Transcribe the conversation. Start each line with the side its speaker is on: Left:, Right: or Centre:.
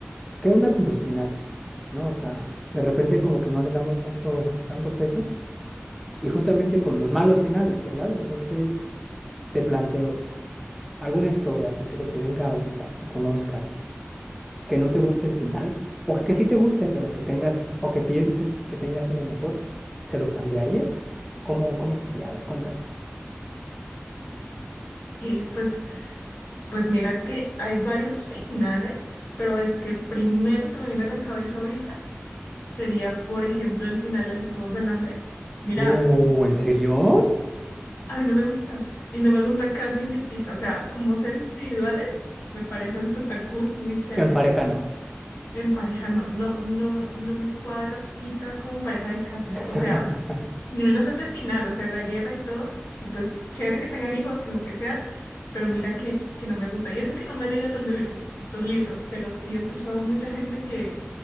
Centre: ¿Qué onda con los finales? ¿No? O sea, de repente como que no le damos tanto, tanto peso. Y justamente con los malos finales, ¿verdad? Entonces te planteo esto. ¿Alguna historia así que se te venga ahorita, que conozcas, que no te guste el final? O que sí te guste, pero que tengas, o que pienses que tengas uno mejor. ¿Se lo cambiarías? ¿Cómo, cómo sería? A ver, cuéntame.
Left: Y pues, pues mira que hay varios finales, pero el que primero se me viene a la cabeza ahorita sería, por ejemplo, el final de los Juegos del Hambre. Mira,
Centre: Uh, ¿en serio?
Left: a mí no me gusta. Y no me gusta Katniss y Pita. O sea, como seres individuales, me parecen súper cool, muy chéveres.
Centre: En pareja no.
Left: En pareja no, no, no, no me cuadra Pita como pareja de Katniss,
Centre: <laughs>
Left: o sea, ni menos ese final, o sea, la guerra y todo, y pues chévere que tengan hijos, lo que sea, pero mira que, que no me gusta. Y eso que no me he leído los libros, los libros, pero sí he escuchado mucha gente que,